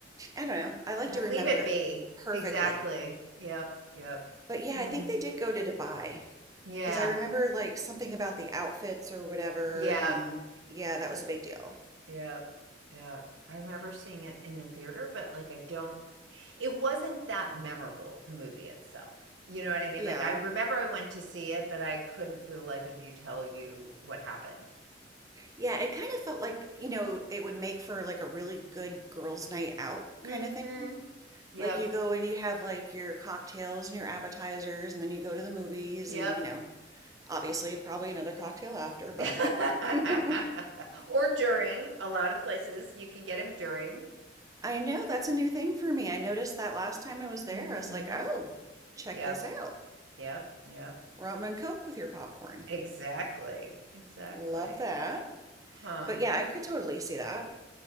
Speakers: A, on the right (about 20°); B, on the right (about 80°).
A: I don't know I like
B: I
A: to
B: leave
A: remember
B: it
A: it
B: be.
A: perfectly
B: Exactly. Yep, yep.
A: but yeah
B: Hmm.
A: I think they did go to Dubai
B: Yeah.
A: because I remember like something about the outfits or whatever
B: Yeah.
A: and yeah that was a big deal
B: Yeah. Yeah. I remember seeing it in the theater, but like I don't it wasn't that memorable, the movie itself. You know what I mean?
A: yeah
B: Like I remember I went to see it, but I couldn't for the life of you tell you what happened.
A: Yeah, it kind of felt like, you know, it would make for like a really good girls' night out
B: Mhm.
A: kind of thing.
B: Yep.
A: Like you go and you have like your cocktails and your appetizers, and then you go to the movies
B: Yep.
A: and, you know, obviously probably another cocktail after, but
B: <laughs>
A: <laughs>
B: Or during. A lot of places you can get get 'em during.
A: I know that's a new thing for me. I noticed that last time I was there.
B: Mhm.
A: I was like, oh, check
B: Yep.
A: this out.
B: Yep. Yep.
A: Rum and Coke with your popcorn.
B: Exactly. Exactly.
A: Love that.
B: Huh.
A: But yeah, I could totally see that. <sighs>